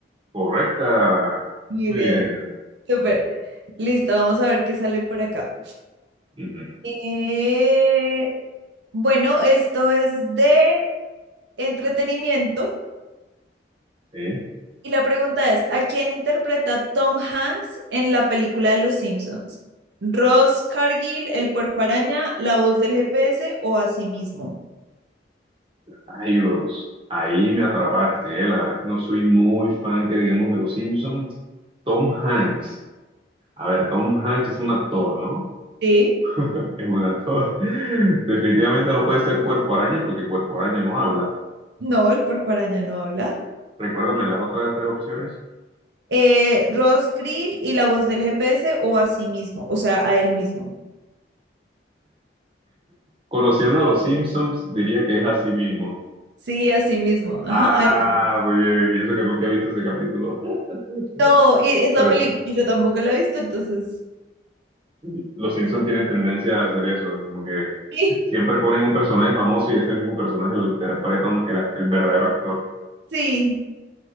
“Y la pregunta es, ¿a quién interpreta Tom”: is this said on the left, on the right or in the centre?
Right